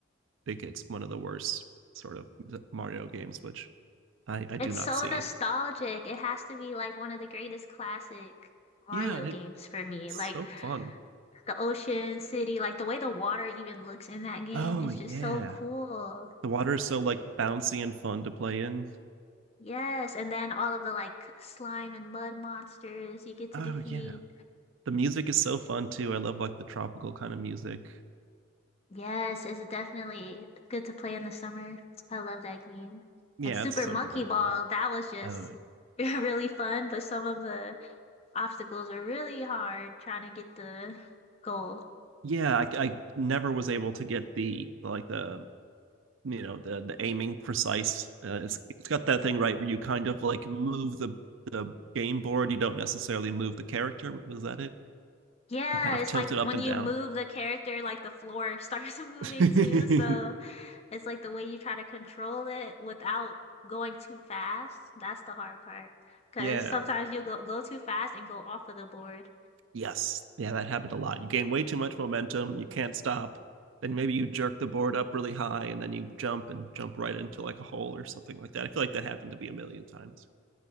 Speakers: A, on the right; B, on the left.
A: think it's one of the worst sort of Mario games, which I, I do
B: It's
A: not
B: so
A: see.
B: nostalgic. It has to be like one of the greatest classic Mario
A: Yeah, and
B: games
A: it,
B: for me.
A: it's
B: Like
A: so fun.
B: the ocean city, like the way the water even looks in that game
A: Oh
B: is
A: yeah.
B: just so cool.
A: The water is so like bouncy and fun to play in.
B: Yes, and then all of the like slime and mud monsters you get to
A: Oh
B: defeat.
A: yeah. The music is so fun too. I love like the tropical kind of music.
B: Yes, it's definitely good to play in the summer. I love that game.
A: Yeah,
B: And Super
A: it's so
B: Monkey
A: delightful.
B: Ball, that was just
A: Uh,
B: <laughs> really fun, but some of the obstacles were really hard trying to get the goal.
A: yeah, I, I never was able to get the like the you know the the aiming precise. Uh, it's it's got that thing right where you kind of like move the the game board. You don't necessarily move the character. Was that it?
B: Yeah,
A: You kind of
B: it's
A: tilt
B: like
A: it
B: when
A: up and
B: you
A: down.
B: move the character, like the floor <laughs> starts moving
A: <laughs>
B: too. So it's like the way you try to control it without going too fast. That's the hard part. Because
A: yeah.
B: sometimes you'll go, go too fast and go off of the board.
A: Yes. Yeah, that happened a lot. You gain way too much momentum. You can't stop. Then maybe you jerk the board up really high and then you jump and jump right into like a hole or something like that. I feel like that happened to be a million times.